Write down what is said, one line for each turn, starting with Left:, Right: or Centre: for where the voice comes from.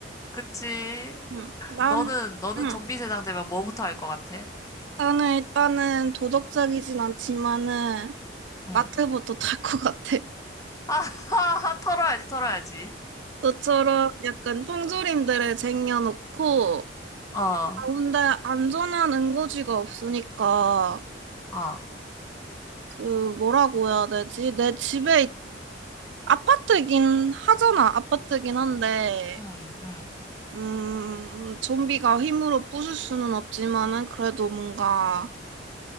Left: 그치.
Right: 응. 난
Left: 너는, 너는
Right: 응.
Left: 좀비 세상 되면 뭐부터 할 것 같아?
Right: 나는 일단은 도덕적이진 않지만은
Left: 응.
Right: 마트부터 탈 것 같아.
Left: 아하하, 털어야지, 털어야지.
Right: 너처럼 약간 통조림들을 쟁여놓고
Left: 어,
Right: 어, 근데 안전한 응고지가 없으니까
Left: 어,
Right: 그 뭐라고 해야 되지? 내 집에 있- 아파트긴 하잖아. 아파트긴 한데
Left: 응, 응.
Right: 음 좀비가 힘으로 부술 수는 없지만은 그래도 뭔가